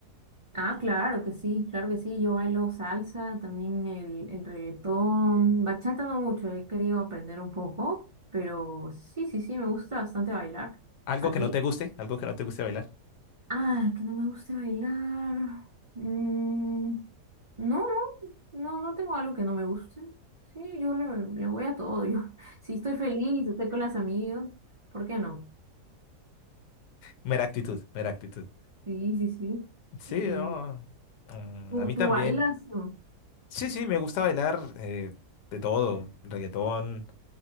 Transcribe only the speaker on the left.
¿Algo
que
no te guste? ¿Algo que no te guste bailar?
Mera actitud, mera actitud.
Sí,
no. mm,
A mí
también.
Sí, sí, me gusta bailar eh, de todo, reggaetón,